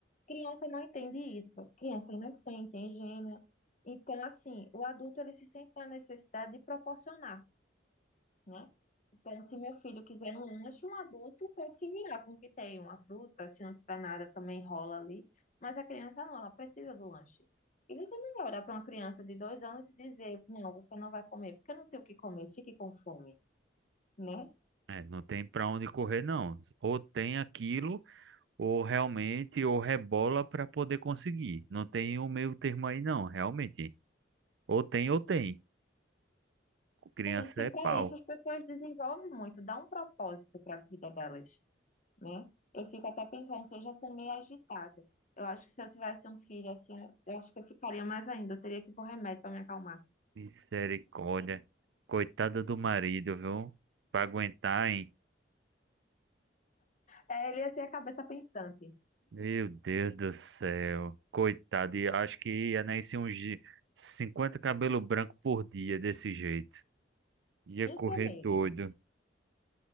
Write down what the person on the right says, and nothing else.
É, não tem para onde correr, não. Ou tem aquilo, ou realmente, ou rebola para poder conseguir. Não tem um meio termo aí, não, realmente. Ou tem, ou tem. Criança
é
pau.
Misericórdia. Coitada do marido, viu? Para aguentar, hein?
Meu Deus do céu. Coitado, e acho que ia nascer uns de- 50 cabelo branco por dia desse jeito. Ia
correr
doido.